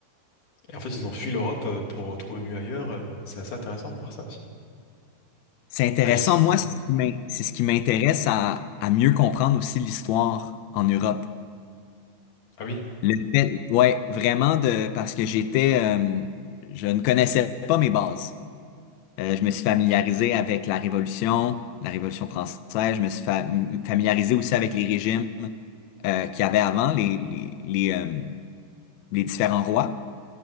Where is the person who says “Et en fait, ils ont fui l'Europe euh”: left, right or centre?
Left